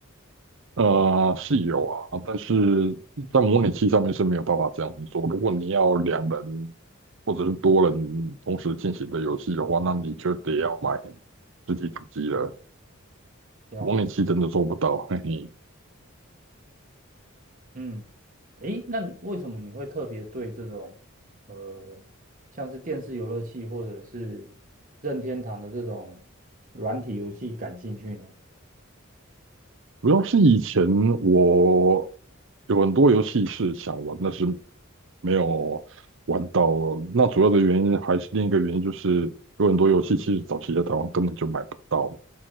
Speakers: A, on the right (about 65°); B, on the right (about 40°).
A: 呃，是有啊，但是在模拟器上面是没有办法这样子做。如果你要两人或者是多人同时进行的游戏的话，那你就得要买实体主机了。
B: 了。
A: 模拟器真的做不到，嘿嘿。
B: 嗯，诶，那为什么你会特别对这种呃，像是电视游乐器或者是任天堂的这种软体游戏感兴趣呢？
A: 主要是以前我有很多游戏是想玩，但是没有玩到。那主要的原因还是另一个原因，就是有很多游戏其实早期在台湾根本就买不到。